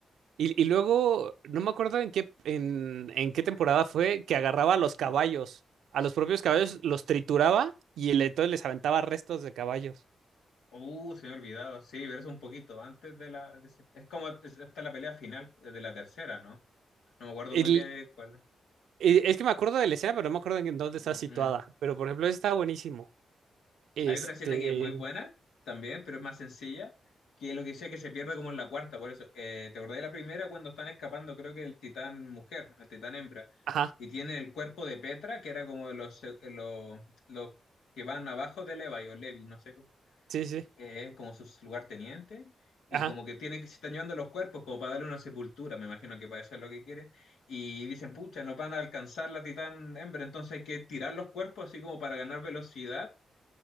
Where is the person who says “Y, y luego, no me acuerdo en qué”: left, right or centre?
Right